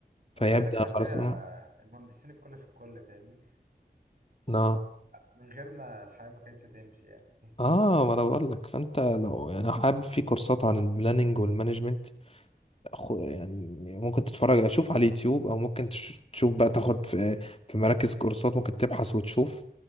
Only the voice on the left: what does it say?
فيبدا
خرسانه
اه
اه ما انا بقول لك فانت لو يعني حابب في كورسات عن البلاننج والمانجمنت أخو- يعني ممكن تتفرج اشوف على اليوتيوب او ممكن تش- تشوف بقى تاخد في في مراكز كورسات ممكن تبحث وتشوف